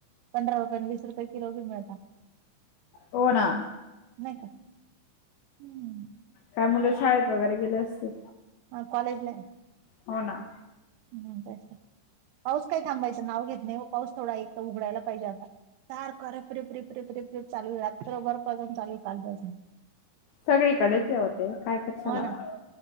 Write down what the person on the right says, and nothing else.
पंधरा रुपये न वीस रुपये किलो बी मिळतात.
नाही का, हम्म!
हम, कॉलेजलाये
हम्म हम्म, तेच तर पाऊस काय थांबायचं नाव घेत नाही हो, पाऊस थोडा एक तर उघडायला पाहिजे आता. सारखा रिप रिप रिप रिप चालूये, रात्रभर पासून चालुये कालपासून.
हो
ना,